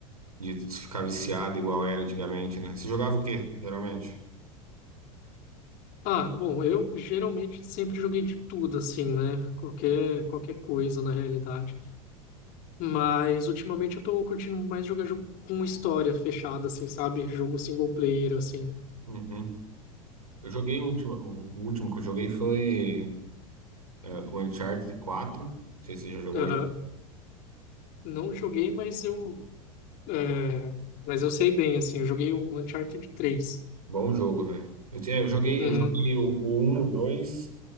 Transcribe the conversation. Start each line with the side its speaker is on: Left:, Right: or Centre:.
Right: de ficar viciado igual era antigamente, né? Você jogava o quê, geralmente?
Left: Ah, bom, eu geralmente sempre joguei de tudo assim, né? Qualquer qualquer coisa na realidade. Mas ultimamente eu tô curtindo mais jogar jogo com história fechada, assim, sabe? Jogo single player, assim.
Right: Uhum. Eu joguei o último, o último que eu joguei foi eh, o Uncharted 4. Não sei se você já jogou
Left: Aham. Não joguei, mas eu. é, Mas eu sei bem, assim. Eu joguei o Uncharted três
Right: Bom jogo, velho. Eu, tinha- eu joguei,
Left: Uhum.
Right: eu joguei o, o 1, o 2